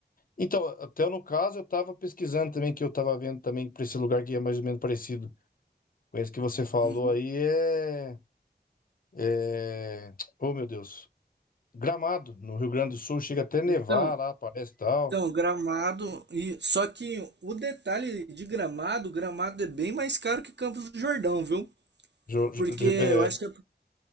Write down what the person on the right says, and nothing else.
Uhum.
Então,
então Gramado e só que o detalhe de Gramado, Gramado é bem mais caro que Campos do Jordão, viu?
Porque
eu
acho que é